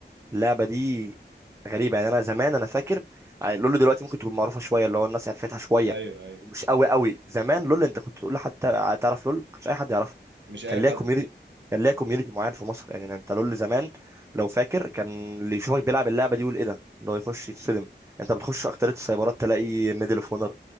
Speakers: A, on the right; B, on the right.
A: اللعبه دي غريبه يعني انا زمان انا فاكر يعني لول دلوقتي ممكن تكون معروفه شويه اللي هو الناس عرفتها شويه
B: ايوه ايوه
A: مش قوي قوي زمان لول انت كنت تقول لحد تع- تعرف لول ما كانش اي حد يعرفها
B: مش اي
A: كان ليها
B: حد
A: كوميونتي كان ليها كوميونتي معين في مصر يعني انت لول زمان لو فاكر كان اللي يشوفك بيلعب اللعبه دي يقول ايه ده اللي هو يخش يتصدم انت بتخش اكتريه السايبرات تلاقي ميدل اوف اونر